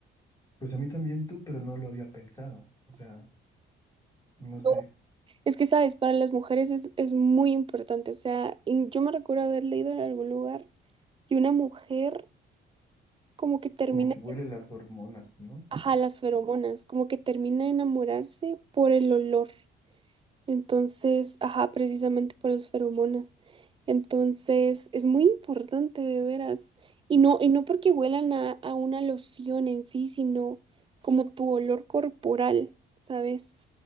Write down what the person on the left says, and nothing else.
pues a mí también tú, pero no lo había pensado. O sea, no
sé,
como que huele las hormonas, ¿no?